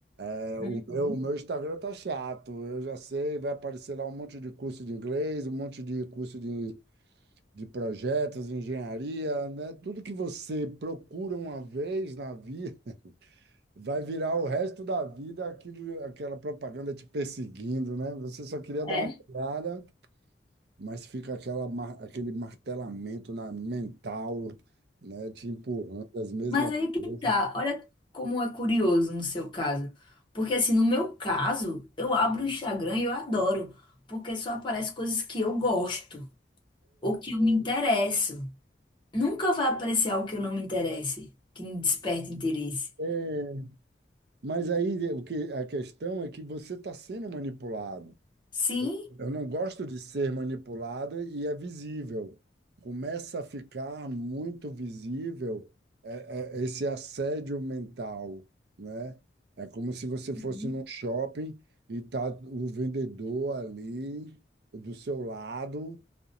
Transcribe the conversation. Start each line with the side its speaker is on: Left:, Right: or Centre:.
Right: É,
Left: Uhum.
Right: o meu, o meu Instagram tá chato, eu já sei, vai aparecer lá um monte de curso de inglês, um monte de curso de de projetos, engenharia, né? Tudo que você procura uma vez na vida <laughs> vai virar o resto da vida aquilo, aquela propaganda te perseguindo, né? Você só queria dar
Left: É.
Right: uma olhada, mas fica aquela, mar- aquele martelamento na mental, né? Te empurrando as mesmas
Left: Mas aí que
Right: coisas.
Left: tá, olha como é curioso no seu caso. Porque assim, no meu caso, eu abro o Instagram e eu adoro, porque só aparece coisas que eu gosto ou que eu me interesso. Nunca vai aparecer algo que eu não me interesse, que me desperte interesse.
Right: É, Mas aí o que, a questão é que você está sendo manipulado.
Left: Sim?
Right: Eu não gosto de ser manipulado e é visível. Começa a ficar muito visível é, é, esse assédio mental, né? É como se você fosse
Left: Uhum.
Right: num shopping e tá o vendedor ali do seu lado